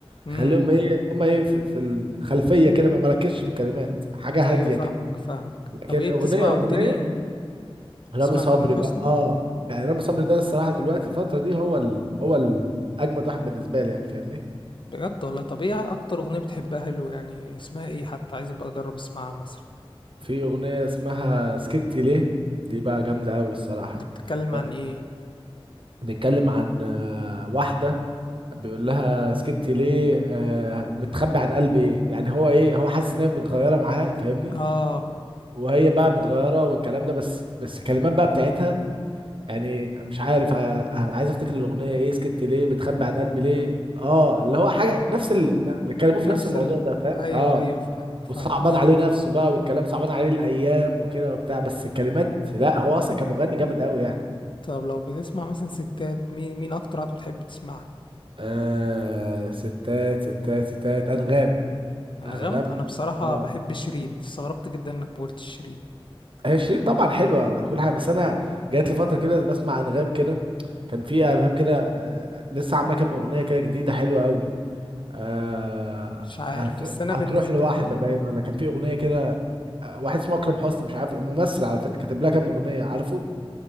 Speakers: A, on the left (about 55°); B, on the right (about 60°).
A: امم
B: خليهم ايه هم ايه في, في الخلفيه كده ما مركزش في الكلمات حاجه
A: ايوه
B: هاديه
A: فاهمك
B: كده
A: فاهمك
B: لكن
A: طب ايه
B: اغنيه
A: بتسمع
B: اغنيه
A: قلت لي
B: رامي
A: بتسمع
B: صبري
A: تامر حسني
B: بقى اه يعني رامي صبري ده الصراحه دلوقتي الفتره دي هو ال... هو ال... اجمد واحد بالنسبه لي يعني فاهمني
A: بجد والله طب ايه اكتر اغنية بتحبها له يعني اسمها ايه حتى عايز ابقى اجرب اسمعها مثلا
B: في اغنيه اسمها سكتي ليه دي بقى جامده قوي الصراحه
A: دي بتتكلم
B: ب-
A: عن ايه
B: بيتكلم عن آه، واحده بيقول لها سكتي ليه آه متخبي عن قلب ايه يعني هو ايه هو حاسس ان هي متغيره معاه فاهمني
A: اه
B: وهي بقى متغيره والكلام ده بس بس الكلمات بقى بتاعتها يعني مش عارف آه عايز افتكر الاغنيه ايه سكتي ليه بتخبي عن قلبي ليه اه اللي هو حاجه نفس ال... بيتكلموا
A: نفس
B: في نفس الموضوع
A: ال
B: ده فاهم
A: ايوه
B: اه
A: ايوه فاهمك فاهمك
B: وصعبان عليه نفسه بقى والكلام صعبان عليه الايام وكده وبتاع بس الكلمات لا هو اصلا كان مغني جامد قوي يعني
A: طب لو بتسمع مثلا ستات مين مين اكتر واحدة بتحب تسمعها
B: آه ستات ستات ستات انغام
A: انغام
B: انغام
A: انا بصراحة
B: اه
A: بحب شيرين استغربت جدا انك ما قلتش شيرين
B: هي شيرين طبعا حلوه كل حاجه بس انا جات لي فتره كده بسمع انغام كده كان في انغام كده آه، لسه عامله كام اغنيه كده جديده حلوه قوي آه
A: مش عارف
B: هتروح
A: بس انا
B: هتروح
A: بالنسبة
B: لواحده
A: لي
B: باين ولا كان في اغنيه كده آه، واحد اسمه اكرم حسني مش عارف ممثل على فكره كتب لها كام اغنيه عارفه